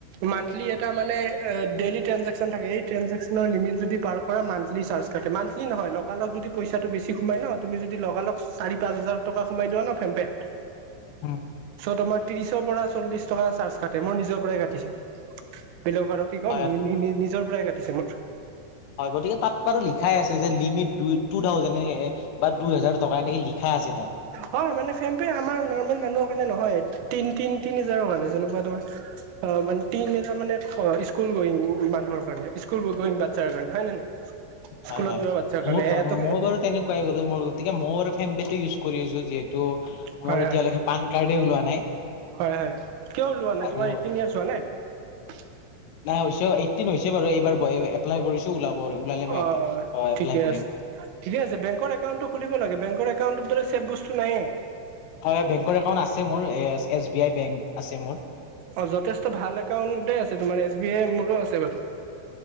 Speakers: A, on the right (about 85°); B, on the left (about 85°).
A: মান্থলি এটা মানে ডেইলি ট্ৰেঞ্জেকচন থাকে এই ট্ৰেঞ্জেকচনৰ লিমিট যদি পাৰ মান্থলি চাৰ্জ কাটে মান্থলি নহয় লগালগ যদি পইচাটো বেছি সোমাই ন তুমি যদি লগালগ চাৰি পাঁচ হাজাৰ টকা সোমাই দিয়া না ফোনপেত
B: উম
A: চ তোমাৰ ত্ৰিশৰ পৰা চল্লিশ টকা চাৰ্জ কাটে মোৰ নিজৰ পৰাই কাটিছে। বেলেগ আৰু কি ক'ম
B: হয়
A: নি নিজৰ পৰাই কাটিছে মোৰ
B: হয় গতিকে তাত বাৰু লিখাই আছে যে লিমিট দুই টু থাউজেণ্ড এনেক বা দুই হাজাৰ টকা এনেকে লিখা আছে। তাত
A: হয় মানে ফেম্পে আমাৰ নৰ্মেল মানুহৰ কাৰণে নহয়। তিন তিন তিনি হাজাৰৰ কাৰণে যেনেকুৱা তোমাৰ অ মানে তিনি হেজাৰ মানে স্কুল গোইং মানুহৰ কাৰণে স্কুল গোইং বাচ্ছাৰ কাৰণে হয় নে নাই। স্কুলত
B: হয় হয়
A: যোৱা বাচ্ছাৰ কাৰণে
B: মোৰ
A: এটো
B: মোৰ বাৰু তেনেকুৱাই গতিকে মোৰ ফেম পে টো ইউজ কৰি আছো যিহেতু মোৰ
A: হয়
B: এতিয়ালৈকে
A: হয়
B: পান কাৰ্ডে ওলোৱা নাই।
A: হয় হয় কিয় লোৱা নাই
B: আৰু
A: তোমাৰ এইতিন ইয়াৰ্চ হোৱা নাই।
B: নাই হৈছে এইটিন হৈছে বাৰু এইবাৰ এপ্লাই কৰিছো ওলাব। ওলালে মই
A: অ
B: এপ্লাই
A: ঠিকে
B: কৰিম
A: আছে ঠিকে আছে বেংকৰ একাউণ্টটো খুলিব লাগে বেংকৰ একাউণ্টৰ দৰে চেভ বস্তু নাইয়ে।
B: হয় বেংকৰ একাউণ্ট আছে মোৰ এছ বি আই বেংক আছে মোৰ।
A: অ যথেষ্ট ভাল একাউণ্টেই আছে তোমাৰ এছ বি আই মোৰো আছে বাৰু।